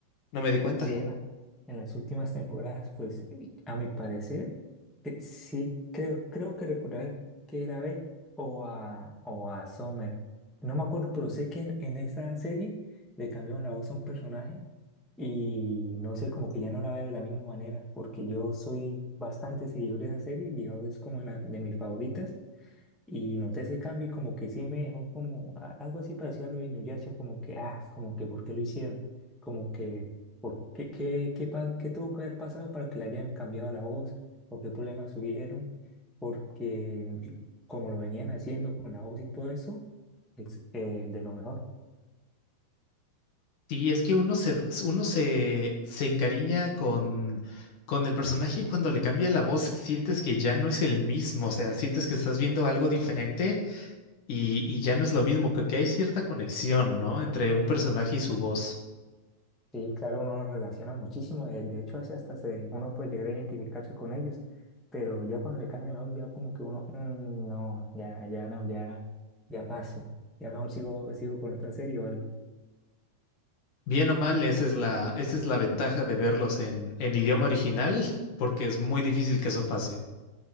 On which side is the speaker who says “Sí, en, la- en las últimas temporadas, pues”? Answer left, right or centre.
Centre